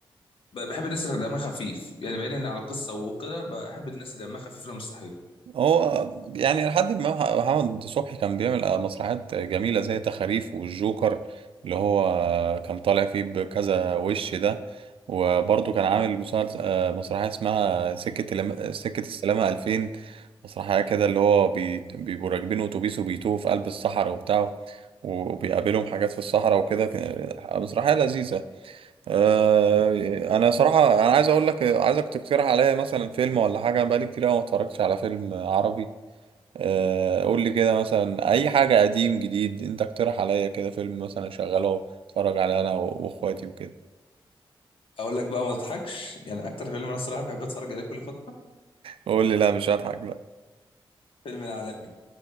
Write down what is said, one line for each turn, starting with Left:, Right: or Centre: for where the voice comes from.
Left: ب- بحب الناس اللي دمها خفيف يعني بعيدا عن القصه وكده بحب الناس اللي دمها خفيف في المسرحيات
Right: هو يعني لحد ما مح- محمد صبحي كان بيعمل مسرحيات جميلة زي تخاريف والجوكر اللي هو كان طالع فيه بكذا وش ده وبرضه كان عامل مسلسل آه، مسرحية اسمها سكة الم- سكة السلامة 2000 مسرحية كده اللي هو بي- بيبقوا راكبين أتوبيس وبيتوهوا في قلب الصحراء وبتاع وبيقابلهم حاجات في الصحراء وكده ك- مسرحية لذيذة آه، انا صراحه انا عايز اقول لك عايزك تقترح عليا مثلا فيلم ولا حاجه انا بقالي كتير أوي ما اتفرجتش على فيلم عربي آه، قول لي كده مثلا اي حاجه قديم جديد انت اقترح عليا كده فيلم مثلا اشغله اتفرج عليه انا و- واخواتي وكده
Left: اقول لك بقى ما تضحكش يعني اكتر فيلم انا الصراحه بحب اتفرج عليه كل فتره
Right: قول لي لا مش هضحك لا
Left: فيلم العالمي